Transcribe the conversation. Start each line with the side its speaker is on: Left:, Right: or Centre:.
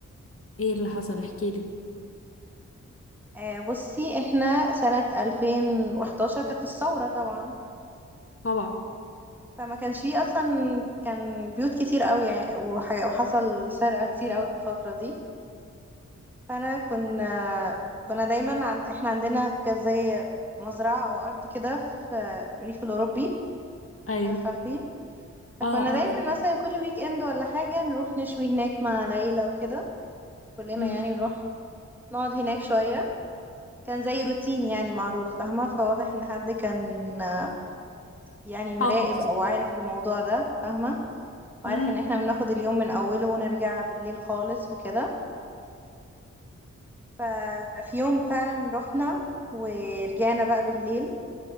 Left: ايه اللي حصل احكيلي
Centre: آه، بصي احنا سنة 2011 كانت الثورة طبعا
Left: طبعا
Centre: فما كانش فيه أصلا كان بيوت كتير قوي يعني وحاجة وحصل سرقة كتير قوي في الفترة دي فانا كنا كنا دايما عن... احنا عندنا كان زي مزرعه او ارض كده في الريف الاوروبي
Left: أيوه
Centre: مش عارفه عارفين فكنا
Left: اه
Centre: دايما
Left: اه
Centre: مثلا كل ويك اند ولا حاجه نروح نشوي هناك مع العيله وكده كلنا
Left: أمم.
Centre: يعني نروح نقعد هناك شويه كان زي روتين يعني معروف فاهمه فواضح ان حد كان آه، يعني مراقب
Left: حافظ
Centre: او عارف الموضوع ده فاهمه وعارف
Left: امم
Centre: ان احنا بناخد اليوم من اوله ونرجع بالليل خالص وكده ففي يوم فعلا رحنا ورجعنا بقى بالليل